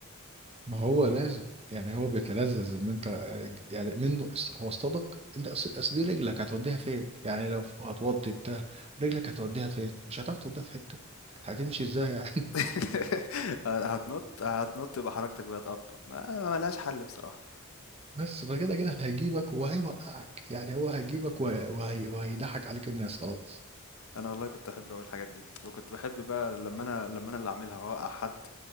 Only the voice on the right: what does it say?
ما هو لازم يعني هو بيتلذذ ان انت يعني منه هو اصطادك انت اصل اصل دي رجلك هتوديها فين يعني لو هتوطي بتاع رجلك هتوديها فين مش هتعرف توديها في حتة هتمشي ازاي يعني <laughs>
بس فكده كده هيجيبك وهيوقعك يعني هو هيجيبك وه- وهي... وهيضحك عليك الناس خلاص